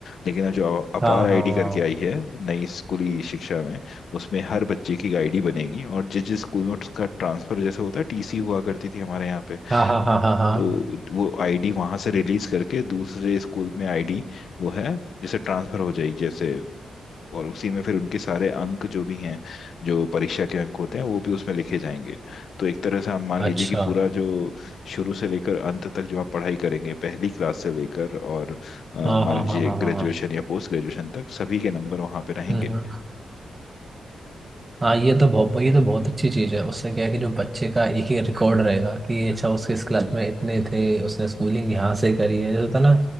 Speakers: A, on the left; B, on the right.
A: लेकिन अब जो अपार
B: हाँ
A: आईडी
B: हाँ
A: करके आई है नई स्कूली शिक्षा में उसमें हर बच्चे की आईडी बनेगी और जिस जिस स्कूल में उसका ट्रांसफर जैसे होता है टीसी हुआ करती थी हमारे यहाँ पे
B: हाँ हाँ हाँ हाँ हाँ
A: तो वो आईडी वहां से रिलीज करके दूसरे स्कूल में आईडी वो है जैसे ट्रांसफर हो जाएगी जैसे और उसी में फिर उनके सारे अंक जो भी हैं जो परीक्षा के अंक होते हैं वो भी उसमें लिखे जाएंगे तो एक तरह से आप मान लीजिए
B: अच्छा
A: कि पूरा जो शुरू से लेकर अंत तक जो आप पढ़ाई करेंगे पहली क्लास से लेकर और अ,
B: हाँ
A: मान
B: हाँ
A: लीजिए
B: हाँ हाँ
A: ग्रेजुएशन
B: हाँ हाँ,
A: या पोस्ट ग्रेजुएशन तक सभी के नंबर वहां पे रहेंगे
B: हम्म हम्म हाँ ये तो बहुत ये तो बहुत अच्छी चीज़ है उससे क्या है कि जो बच्चे का एक ही रिकॉर्ड रहेगा कि अच्छा उसके इस क्लास में इतने थे उसने स्कूलिंग यहाँ से करी है जैसे होता ना